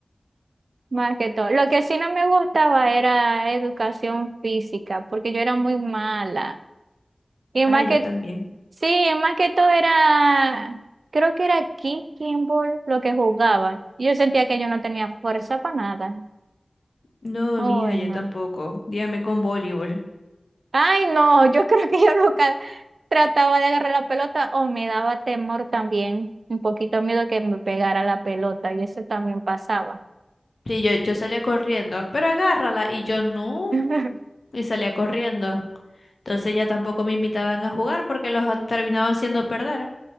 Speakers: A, on the right; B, on the left.
A: más que todo. Lo que sí no me gustaba era educación física, porque yo era muy mala. Y
B: Ah,
A: más
B: yo
A: que,
B: también.
A: sí, y más que todo era, creo que era kicking ball lo que jugaba. Yo sentía que yo no tenía fuerza para nada.
B: No,
A: Ay,
B: mija, yo
A: no.
B: tampoco. Dígame con voleibol.
A: Ay, no, yo creo que yo nunca trataba de agarrar la pelota o me daba temor también, un poquito miedo que me pegara la pelota y eso también pasaba.
B: Sí, yo, yo salía corriendo, pero agárrala. Y yo no.
A: <laughs>
B: Y salía corriendo. Entonces ya tampoco me invitaban a jugar porque los a- terminaban haciendo perder.